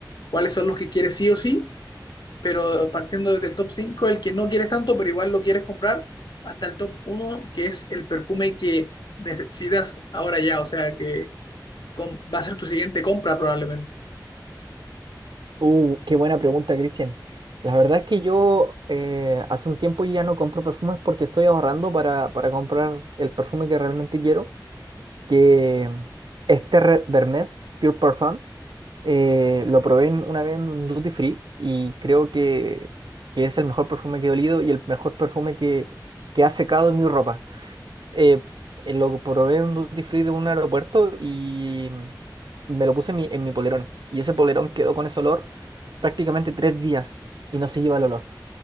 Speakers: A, on the left (about 70°); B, on the right (about 80°).
A: ¿cuáles son los que quieres sí o sí? pero partiendo desde el top 5, el que no quieres tanto, pero igual lo quieres comprar, hasta el top uno, que es el perfume que necesitas ahora ya, o sea que com- va a ser tu siguiente compra probablemente.
B: Uh, qué buena pregunta, Cristian. La verdad es que yo eh, hace un tiempo ya no compro perfumes porque estoy ahorrando para, para comprar el perfume que realmente quiero, que es Terre d'Hermès Pure Parfum. Eh, lo probé en- una vez en un duty free y creo que, que es el mejor perfume que he olido y el mejor perfume que, que ha secado en mi ropa. Eh, eh, lo probé en un duty free de un aeropuerto y me lo puse en mi, en mi polerón. Y ese polerón quedó con ese olor prácticamente tres días y no se lleva el olor.